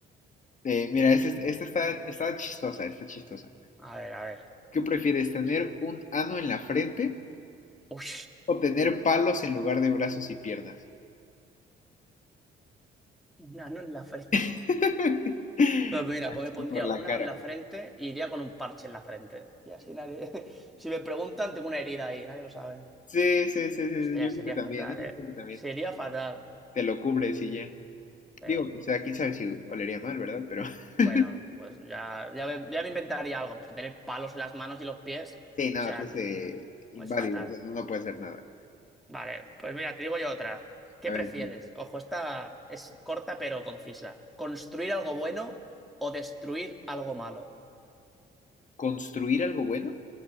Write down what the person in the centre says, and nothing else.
A ver, a ver.
Uy,
un nano en <laughs> la frente.
Bueno, pues
mira, pues me pondría
una
en la frente y iría con un parche en la frente. Y así nadie. <laughs> Si me preguntan, tengo una herida ahí, nadie lo sabe.
Hostia,
sería
fatal,
¿eh?
Sería fatal.
Eh,
bueno, pues ya, ya, me, ya me inventaría algo. Pues que tener palos en las manos y los pies.
O
sea,
es fatal.
Vale, pues mira, te digo yo otra. ¿Qué
prefieres?
Ojo, esta es corta pero concisa. ¿Construir algo bueno o destruir algo malo?
Uh.